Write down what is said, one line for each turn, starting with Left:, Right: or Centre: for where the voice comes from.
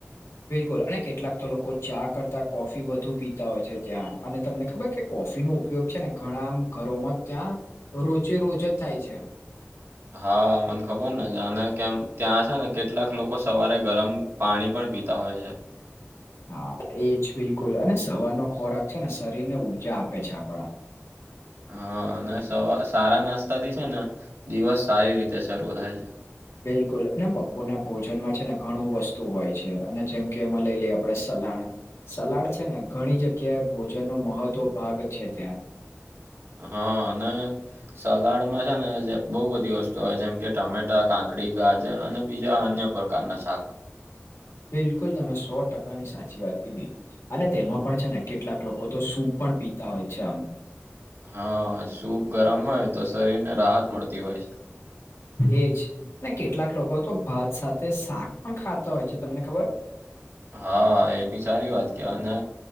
Left: બિલકુલ અને કેટલાક તો લોકો ચા કરતા કોફી વધુ પીતા હોય છે ત્યાં અને તમને ખબર છે કોફી નો ઉપયોગ છે ને ઘણા ઘરોમાં ત્યાં રોજે રોજ જ થાય છે.
Right: હા મને ખબર ને અને કેમ ત્યાં છે ને કેટલાક લોકો સવારે ગરમ પાણી પણ પીતા હોય છે
Left: હા એજ બિલકુલ અને સવારનો ખોરાક છે ને શરીરને ઉઊર્જા આપે છે આપડા
Right: હા અને સવા સારા નાસ્તા થી છે ને દિવસ સારી રીતે શરૂ થાય છે.
Left: બિલકુલ બપો ના ભોજનમાં છે ને ઘણું વસ્તુ હોય છે અને જેમ કે અમે લઈ લ આપણેે સલાડ સલાડ છે ને ઘણી જગ્યાએ ભોજનનોો મહત્વ ભાગ છે ત્યાં
Right: હા અને સલાડમાં છે ને બહુ બધી વસ્તુ આવે જેમ કે ટમેટા કાંકડી ગાજર અને બીજા અન્ય કના શક
Left: બિલકુલ તમે સો ટકાની સાચી વાત કીધી અને તેમાં પણ છે ને કેટલાક લોકો તો સૂપ પણ પીતા હોય છે આમ
Right: હા સૂપ ગરમ હોય તો શરીર ને રાહત મળતી હોય છે.
Left: એજ ને કેટલાક લોકો તો ભાત સાથે શાક પણ ખાતા હોય છે તમને ખબર
Right: હા એ બી સારી વાત કેવા અને